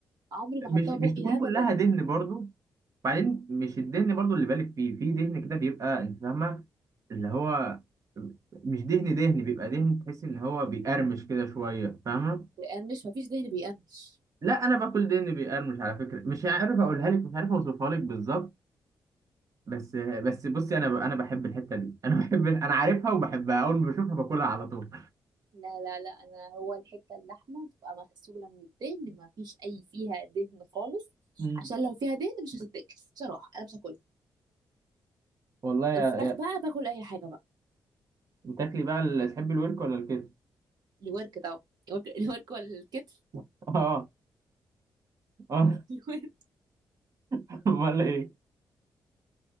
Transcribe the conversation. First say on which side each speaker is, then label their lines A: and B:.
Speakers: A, on the right; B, on the right.
A: عمري ما احطها
B: مش مش
A: بقي
B: تكون
A: ابدا
B: كلها دهن برضو بعدين مش الدهن برضو اللي بالك فيه في دهن كده بيبقى انت فاهمه اللي هو مش دهن دهن بيبقى دهن تحس ان هو بيقرمش كده شويه فاهمه
A: بيقرمش ما فيش دهن بيقرمش
B: لا انا باكل دهن بيقرمش على فكره مش عارف اقولها لك مش عارف اوصفها لك بالظبط بس بس بصي انا ب... انا بحب الحته دي انا <laughs> بحب انا عارفها وبحبها اول ما بشوفها باكلها على طول
A: لا لا لا انا هو الحته اللحمه تبقى مغسوله من الدهن ما فيش اي فيها دهن خالص
B: مم.
A: عشان لو فيها دهن مش هتتاكل بصراحه انا مش هاكلها
B: والله يا
A: الفراخ
B: يا
A: بقى باكل اي حاجه بقى
B: بتاكلي بقى ال- تحبي الورك ولا الكتف
A: الورك طبعا الورك الورك ولا الكتف
B: اه اه
A: <laughs> الورك
B: <laughs> امال ايه